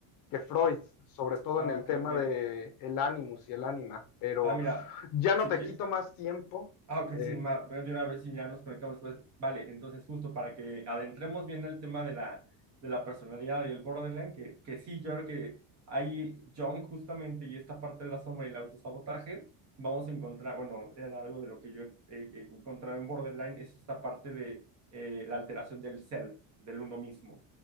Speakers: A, on the left (about 55°); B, on the right (about 40°).
A: que Freud, sobre todo
B: ah,
A: en el
B: ok,
A: tema
B: ok.
A: de el animus y el ánima. Pero
B: Ah, mira,
A: ya
B: sí
A: no te
B: que
A: quito más tiempo.
B: Ah, ok, sí,
A: Eh,
B: ma, veo de una vez si ya nos conectamos después. Vale, entonces justo para que adentremos bien el tema de la, de la personalidad y el borderline, que, que sí, yo creo que ahí John justamente y esta parte de la sombra y el autosabotaje, vamos a encontrar, bueno, era algo de lo que yo he, he- he encontrado en borderline, es esta parte de eh, la alteración del self, del uno mismo